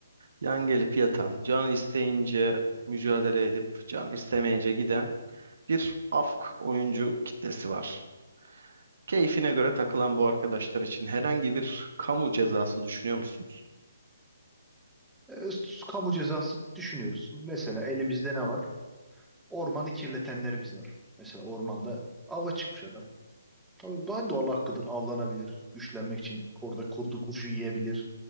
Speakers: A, on the right; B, in the centre.
A: yan gelip yatan, can isteyince mücadele edip can istemeyince giden bir afk oyuncu kitlesi var. Keyfine göre takılan bu arkadaşlar için herhangi bir kamu cezası düşünüyor musunuz?
B: E, kamu cezası düşünüyoruz. Mesela elimizde ne var? Ormanı kirletenlerimiz var. Mesela ormanda ava çıkmış adam. Tabii ben de Allah hakkıdır. Avlanabilir. Güçlenmek için orada kurdu kuşu yiyebilir.